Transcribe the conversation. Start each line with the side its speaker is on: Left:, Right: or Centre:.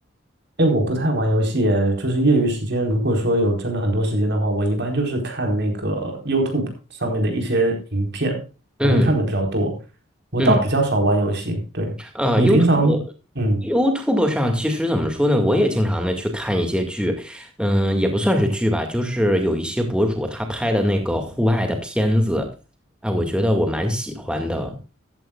Right: 哎，我不太玩游戏耶，就是业余时间，如果说有真的很多时间的话，我一般就是看那个 YouTube 上面的一些影片，
Centre: 嗯。
Right: 我会看的比较多。我倒比较少玩游戏。
Centre: 嗯，
Right: 对，
Centre: 呃，YouTube
Right: 你平常，嗯，
Centre: YouTube 上其实怎么说呢，我也经常的去看一些剧，嗯，也不算是剧吧，就是有一些博主他拍的那个户外的片子，哎，我觉得我蛮喜欢的。